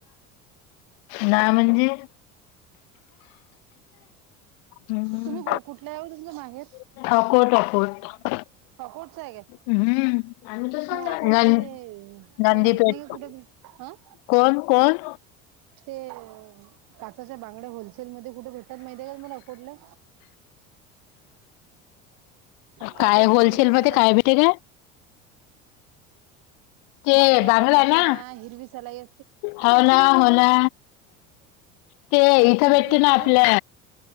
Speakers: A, on the left (about 55°); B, on the right (about 55°).
A: ना म्हणजे हम्म
B: तुम्ही कुठल्या ओ तुमच माहेर?
A: <unintelligible>
B: कुठचाही घ्या.
A: हम्म नं
B: हां कूठल ते
A: नंदीपेठ
B: हे माहित नाही का कुठ हं
A: कोण कोण?
B: ते काचेच्या बांगड्या होलसेलमध्ये कुठ भेटतात माहीत आहे का तुम्हाला आकु <unintelligible> ला. काचाच्या
A: काय होलसेल
B: हिरवी सलाई
A: मध्ये काय भेटतय का? ते
B: बांगड्या
A: बांगडा
B: काचच्या
A: ना
B: हिरवी सलाये
A: हो ना हो ना ते इथ
B: कुठे
A: भेटती
B: भेटते
A: ना
B: ते
A: आपल्या